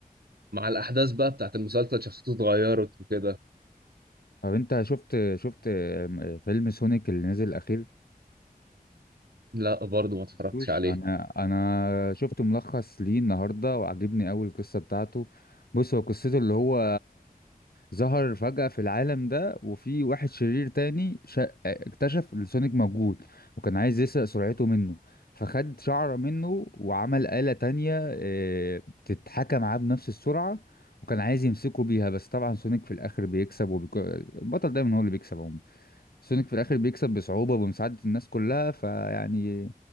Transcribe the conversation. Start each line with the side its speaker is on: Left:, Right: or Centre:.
Right: الاحداث بقى بتاعت المسلسل شخصيته اتغيرت وكده
Left: طب انت شفت شفت فيلم سونيك اللي نزل الاخير
Right: لا برضه ما اتفرجتش
Left: شفتوش
Right: عليه
Left: انا انا شفت ملخص ليه النهارده وعجبني قوي القصه بتاعته بص هو قصته اللي هو ظهر فجأة في العالم ده وفي واحد شرير تاني شا... اكتشف إن سونيك موجود وكان عايز يسرق سرعته منه فخد شعره منه وعمل آلة تانية آه، بتتحكى معاه بنفس السرعة وكان عايز يمسكه بيها بس طبعا سونيك في الآخر بيكسب وبيك... البطل دايما هو اللي بيكسب عموما. سونيك في الاخر بيكسب بصعوبة وبمساعدة الناس كلها فيعني